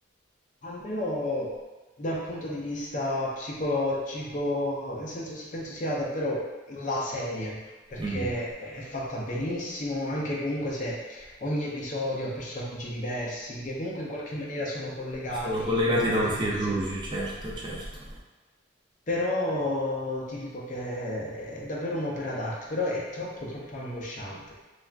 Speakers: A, on the left; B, on the right.
A: almeno dal punto di vista psicologico, nel senso sì, penso sia davvero la serie, perché
B: Mm.
A: è fatta benissimo, anche comunque se ogni episodio ha personaggi diversi, che comunque in qualche maniera sono collegati,
B: Sono collegati
A: trame
B: da un
A: diverse.
B: fil rouge, certo, certo.
A: Però ti dico che è davvero un'opera d'arte, però è troppo troppo angosciante.